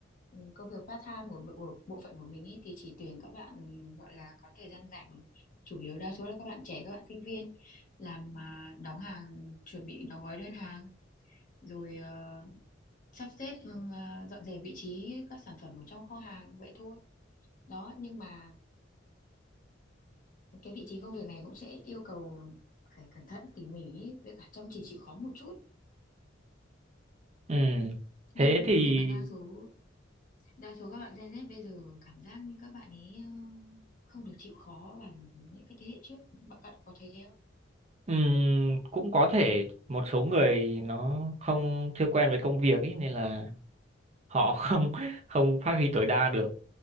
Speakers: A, on the left; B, on the right.
A: ừ, công việc part time của, bộ- của bộ phận của mình ý, thì chỉ tuyển các bạn gọi là có thời gian rảnh chủ yếu đa số là các bạn trẻ các bạn sinh viên làm mà đóng hàng chuẩn bị đóng gói đơn hàng rồi ờ, sắp xếp ừ, ờ, dọn dẹp vị trí các sản phẩm ở trong kho hàng vậy thôi đó nhưng mà cái vị trí công việc này cũng sẽ yêu cầu phải cẩn thận tỉ mỉ ý, với cả chăm chỉ chịu khó một chút
B: ừ
A: nhưng
B: thế thì
A: nhưng mà đa số Đa số các bạn Gen Z bây giờ cảm giác như các bạn ấy ờ, không được chịu khó bằng những cái thế hệ trước. Bạn bạn có thấy thế không?
B: ừm, cũng có thể một số người nó không chưa quen với công việc ấy nên là họ <laughs> không không phát huy tối đa được